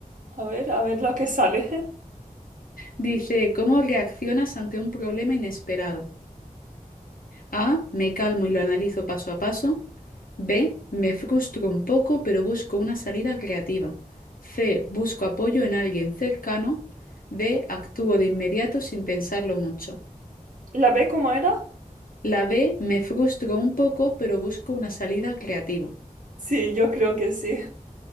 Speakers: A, on the right (about 60°); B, on the left (about 75°).
A: A ver, a ver lo que sale. <laughs>
B: Dice, ¿cómo reaccionas ante un problema inesperado? A. Me calmo y lo analizo paso a paso. B. Me frustro un poco, pero busco una salida creativa. C. Busco apoyo en alguien cercano. D. Actúo de inmediato sin pensarlo mucho.
A: ¿La B cómo era?
B: La B me frustró un poco, pero busco una salida creativa.
A: Sí, yo creo que sí.